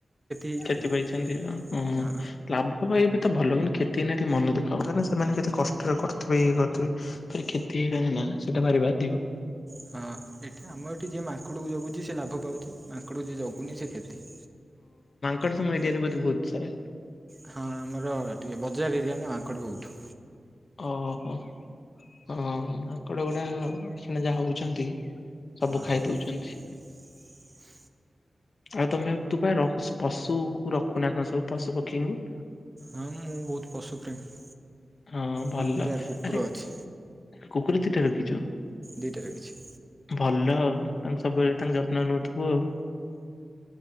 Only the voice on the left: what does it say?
କ୍ଷତି
ପାଇଛନ୍ତି ଆଉ ଉ ଉ
ଲାଭ ପାଇ ଭଲ କିନ୍ତୁ କ୍ଷତି ହେ ଟିକ ମନ ଦୁଃଖ ହୁଏ କାହିଁକି ସେମାନେ କେତେ କଷ୍ଟରେ କରଥିବ ଇଏ କରୁଥିବେ କ୍ଷତି ନା ସେଇଟା ଭାରି ବାଧିବ। ହ
କଟ ତମ ଏରିଆରେ ବୋଧେ ବହୁତ ସାରା
ଓହୋ! ହଁ ମାଙ୍କଡ ଗୁଡାକ ଯାହା ହଉଛନ୍ତି ସବୁ
ଖାଇ ଦଉଛନ୍ତି।
ଆଉ ତୁମେ ତୁ ପା ରଖୁ ପଶୁକୁ ରଖୁନା କଣ ସବୁ ପଶୁ ପକ୍ଷୀଙ୍କୁ?
ହଁ ଭଲ।
ଆରେ
କୁକୁର କିତିଟା ରଖିଛୁ?
ଭଲ ଆଉ ତାଙ୍କ ସବୁବେଳେ ତାଙ୍କ ଯତ୍ନ ନଉଥିବୁ ଆଉ।